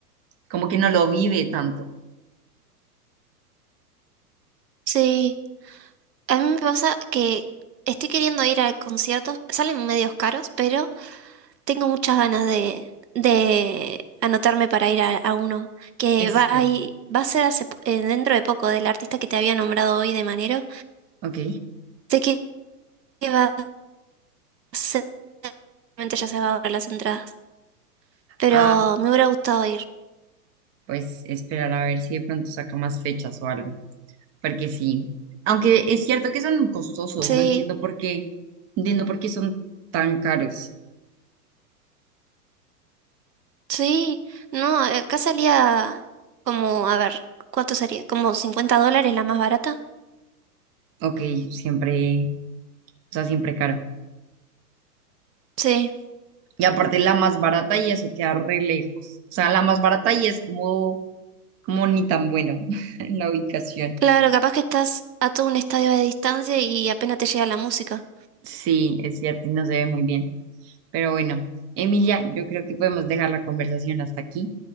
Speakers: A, on the right (about 30°); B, on the right (about 85°).
A: como que no lo vive tanto.
B: <laughs> Sí. A mí me pasa que estoy queriendo ir a conciertos, salen medios caros, pero tengo muchas ganas de, de anotarme para ir a, a uno, que
A: Eso
B: va
A: Es cierto.
B: a, ir- va a ser hace po- eh, dentro de poco del artista que te había nombrado hoy de Manero.
A: Ok.
B: Sé que que va a ser, seguramente ya se va a agotar las entradas, pero
A: Ah,
B: me hubiera gustado ir.
A: pues esperar a ver si de pronto saca más fechas o algo. Porque sí. Aunque es cierto que son costosos,
B: Sí,
A: no entiendo por qué, no entiendo por qué son tan caros.
B: sí, no, acá salía como, a ver, ¿cuánto sería? ¿Como 50 dólares la más barata?
A: Ok, siempre, o sea, siempre caro.
B: Sí.
A: Y aparte la más barata y eso queda re lejos. O sea, la más barata y es como, como ni tan bueno <laughs> la ubicación.
B: Claro, capaz que estás a todo un estadio de distancia y apenas te llega la música.
A: Sí, es cierto y no se ve muy bien. Pero bueno, Emilia, yo creo que podemos dejar la conversación hasta aquí.